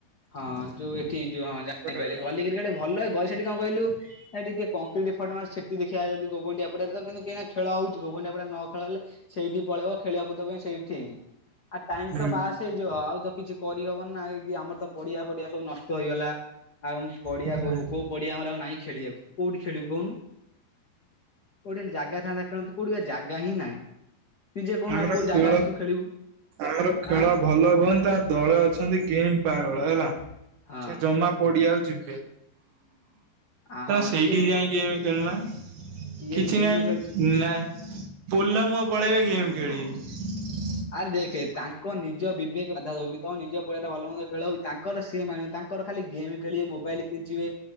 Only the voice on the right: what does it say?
ଗୋଟା
ହୁଁ
ହୁଁ
ଆମର
ଖେଳ
ଆମର ଖେଳ
ଭଲ ହୁଅନ୍ତା, ଦଳ ଅଛନ୍ତି ଗେମ୍ ପାଗଳ ହେଲା,
ସେ ଜମା ପଡିଆକୁ ତ
ସେଇଠିକି
ଯାଇକି ଗେମ ଖେଳୁନ।
କିଛି
ନାହିଁ
ନାଇଁ ପୋଲ ମୁଁ ପଳେଇବେ ଗେମ୍ ଖେଳିବି।